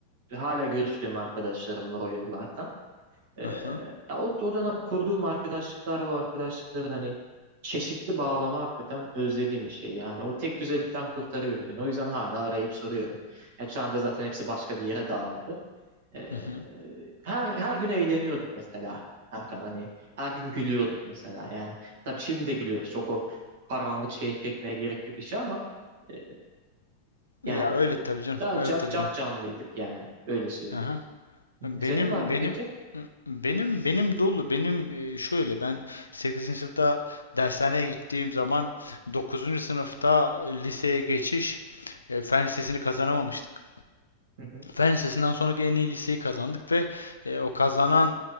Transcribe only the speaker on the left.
Aha.
Hı hı.
Ya
öyle tabii canım.
Öyle
tabii
canım.
Aha.
Benim
benim
benim benim dolu benim e, şöyle ben sekizinci sınıfta dershaneye gittiğim zaman dokuzuncu sınıfta liseye geçiş e, fen lisesini kazanamamıştık.
Fen lisesinden sonraki en iyi liseyi kazandık ve e, o kazanan